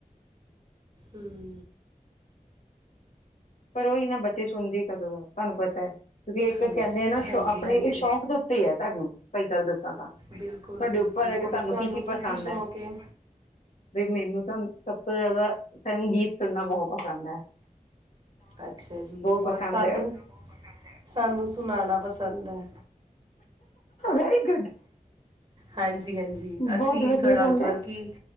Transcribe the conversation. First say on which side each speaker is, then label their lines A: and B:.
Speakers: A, on the right; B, on the left.
A: ਹੂੰ।
B: ਪਰ ਉਹੀ ਨਾ ਬੱਚੇ ਸੁਣਦੇ ਕਦੋਂ ਐ, ਤੁਹਾਨੂੰ ਪਤਾ। ਕਿਉਂਕਿ ਇੱਕ
A: ਹਾਂਜੀ
B: ਕਹਿੰਦੇ ਆ ਨਾ ਸ਼
A: ਹਾਂਜੀ
B: ਆਪਣੇ
A: ਹਾਂਜੀ
B: ਇਹ ਸ਼ੌਂਕ ਦੇ ਉੱਤੇ ਐ, ਤੁਹਾਨੂੰ ਸਹੀ ਗੱਲ ਦੱਸਾਂ ਤਾਂ।
A: ਬਿਲਕੁਲ-ਬਿਲਕੁਲ,
B: ਤੁਹਾਡੇ ਉੱਪਰ ਹੈ ਕਿ
A: ਉੰਜ ਤੁਹਾਨੂੰ
B: ਕੀ ਕੀ
A: ਕੀ-ਕੀ
B: ਪਸੰਦ
A: ਸ਼ੌਕ
B: ਹੈ
A: ਏ।
B: ਬਈ ਮੈਨੂੰ ਤਾਂ ਸਭ ਤੋਂ ਜ਼ਿਆਦਾ ਸੰਗੀਤ ਸੁਣਨਾ ਬਹੁਤ ਪਸੰਦ ਐ।
A: ਅੱਛਾ ਜੀ, ਹੋਰ
B: ਪਸੰਦ
A: ਸਾਨੂੰ-ਸਾਨੂੰ
B: ਹੈ
A: ਸੁਣਾਣਾ ਪਸੰਦ ਐ।
B: Very good.
A: ਹਾਂਜੀ, ਹਾਂਜੀ।
B: ਬਹੁਤ
A: ਅਸੀਂ
B: ਵਧੀਆ
A: ਥੋੜ੍ਹਾ
B: ਗੱਲ
A: ਮਤਲਬ
B: ਹੈ
A: ਕਿ